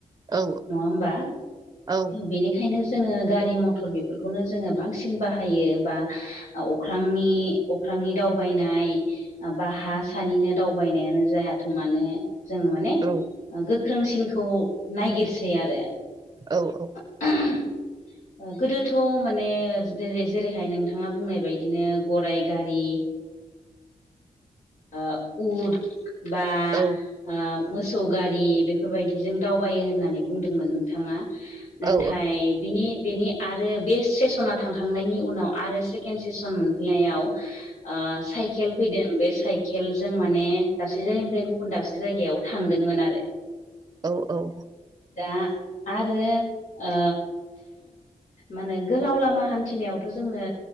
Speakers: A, on the right (about 30°); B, on the left (about 70°).
A: औ
B: नङा होमबा
A: औ
B: बेनिखायनो जोङो गारि मथर बेफोरखौनो जोङो बांसिन बाहायो बा अख्रांनि अख्रांनि दावबायनाय बा हा सानिनो दावबायनायानो जायाथों मानो जोङो माने
A: औ
B: गोख्रोंसिनखौ नायगिरसै आरो
A: औ औ।
B: <inaudible> ओ गोदोथ' माने जेरैहाय नोंथाङा बुंनाय बायदिनो गराय गारि ओ उद बा
A: औ
B: ओ मोसौ गारि बेफोरबायदिजों दावबायो होननानै बुंदोंमोन नोंथाङा। नाथाय
A: औ
B: बिनि बेनि आरो बे सेसना थांखांनायनि उनाव आरो सेकेणड सेसन मोनफैनायाव
A: <inaudible>
B: ओ साइकेल फैदों बे स खेल जों माने दाबसे जायगानिफ्राय गुबुन दाबसे जायगायाव थांदोंमोन आरो
A: औ औ
B: दा आरो ओ माने गोलाव लामा हान्थिनायावथ' जोंनो